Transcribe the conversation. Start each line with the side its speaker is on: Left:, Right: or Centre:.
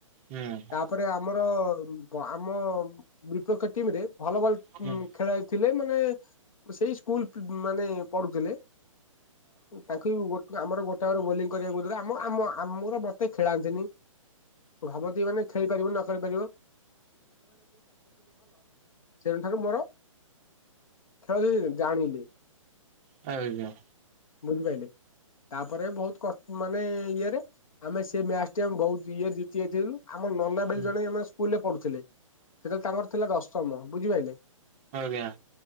Right: ହୁଁ
Left: ତାପରେ ଆମର ଆମ ବିପକ୍ଷ ଟିମ ରେ ଭଲ ଭଲ
Right: ହଁ ହୁଁ
Left: ଖେଳାଲିଥିଲେ ମାନେ ସେଇ ସ୍କୁଲ। ମାନେ ପଢୁଥିଲେ ତାଙ୍କୁ ଗୋ ଆମର ଗୋଟେ ବୋଲିଂ କରିବାକୁଲେ ଆମ ଆମ ଆମର ମତେ ଖେଳାନ୍ତିନି ଭାବନ୍ତି ମାନେ। ଖେଳିପାରିବ ନ ଖେଳିପାରିବ। ସେଠାରୁ ମୋର ଖେଳ ଜାଣିଲେ
Right: <inaudible> ଆଞା।
Left: ବୁଝିପାରିଲେ ତାପରେ ବହୁତ କଷ୍ଟ ମାନେ ଇଏରେ। ଆମେ ସେ ମ୍ୟାଚ୍ ଟି ଆମେ ବହୁତ୍ ଇଏରେ ଜିତି ଯାଇଥିଲୁ। ଆମ ନନା
Right: ହୁଁ
Left: ବେଲି ଜଣେ ଆମେ ସ୍କୁଲ ରେ ପଢୁଥିଲେ। ସେତେବେଳେ ତାଙ୍କର ଥିଲା ଦଶମ ବୁଝିପାଇଲେ।
Right: ହଁ ଆଜ୍ଞା।